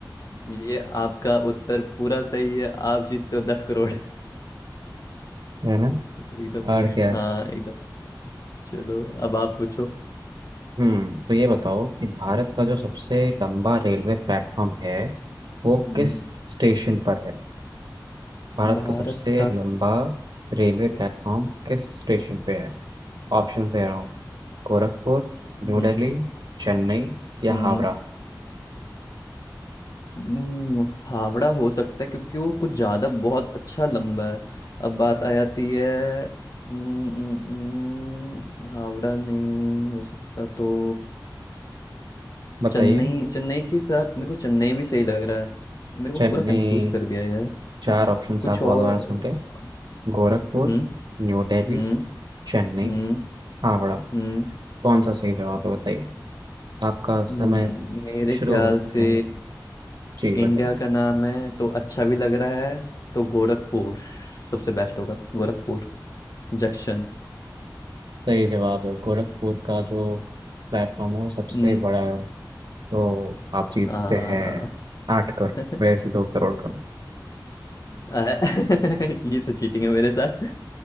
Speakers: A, on the left; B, on the right.
A: ये आपका उत्तर पूरा सही है आप जीतते हो दस करोड़ <laughs>
B: है ना
A: एकदम
B: और
A: राइट
B: क्या
A: हाँ
B: है?
A: एकदम चलो अब आप पूछो
B: हम्म तो ये बताओ कि भारत
A: हम्म,
B: का जो सबसे लंबा रेलवे प्लेटफॉर्म है वो
A: हम्म,
B: किस स्टेशन पर है भारत
A: भारत
B: का सबसे
A: का स-
B: लंबा रेलवे प्लेटफॉर्म किस स्टेशन पे है ऑप्शन दे रहा हूँ गोरखपुर न्यू
A: हम्म,
B: दिल्ली चेन्नई या
A: हम्म,
B: हावड़ा
A: हम्म, हावड़ा हो सकता है क्योंकि वो कुछ ज्यादा बहुत अच्छा लंबा है अब बात आ जाती है हम्म, हम्म, हम्म, हावड़ा नहीं हो सकता तो
B: बताइए
A: चेन्नई चेन्नई के साथ मेरे को चेन्नई भी सही लग रहा है मेरे को
B: चेन्नई
A: पूरा कंफ्यूज कर दिया यार
B: चार ऑप्शंस
A: कुछ
B: आप
A: और
B: और बार सुन लें गोरखपुर
A: हम्म
B: न्यू दिल्ली
A: हम्म
B: चेन्नई
A: हम्म
B: हावड़ा
A: हम्म
B: कौन सा सही जवाब है बताइए आपका
A: हम्म,
B: समय
A: मेरे
B: शुरू
A: ख्याल
B: होता
A: से
B: है जी
A: इंडिया
B: बताइए
A: का नाम है तो अच्छा भी लग रहा है तो गोरखपुर सबसे बेस्ट होगा गोरखपुर जंक्शन
B: सही जवाब है गोरखपुर का जो प्लेटफॉर्म है वो सबसे
A: हम्म
B: बड़ा है तो आप जीतते
A: आ,
B: हैं आठ कर
A: <laughs>
B: वैसे दो करोड़ कम
A: आ- <laughs> ये तो चीटिंग है मेरे साथ